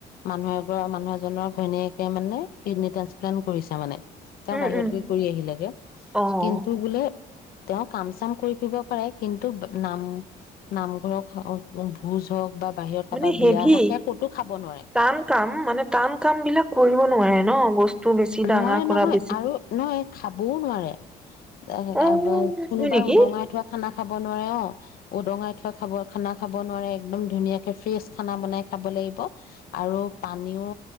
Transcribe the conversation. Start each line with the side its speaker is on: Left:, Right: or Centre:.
Left: মানুহ এগ মানুহ এজনৰ ঘৈণীয়েকে মানে কিডনী ট্ৰান্সপ্লান্ট কৰিছে মানে তেওঁ
Centre: উম
Left: বাহিৰত
Centre: উম
Left: গৈ কৰি আহিলেগে।
Centre: অ'
Left: কিন্তু বোলে। তেওঁ কাম চাম কৰি ফুৰিব পাৰে কিন্তু নাম নামঘৰক ভোজ হওঁক বা বাহিৰত
Centre: মানে
Left: কাৰোবাৰ
Centre: হেভি
Left: বিয়া হওক সেয়া ক'তো খাব নোৱাৰে
Centre: টান কাম মানে টান কাম বিলাক কৰিব নোৱাৰে ন বস্তু বেছি ডাঙৰ
Left: নোৱাৰে নহয়
Centre: কৰা বেছি
Left: আৰু নহয় খাবও নোৱাৰে
Centre: অ হয়
Left: কোনোবাই
Centre: নেকি
Left: উদঙাই থোৱা খানা খাব নোৱাৰে অ উদঙাই থোৱা খাব খানা খাব নোৱাৰে একদম ধুনীয়াকে ফ্ৰেছ খানা বনাই খাব লাগিব আৰু পানীও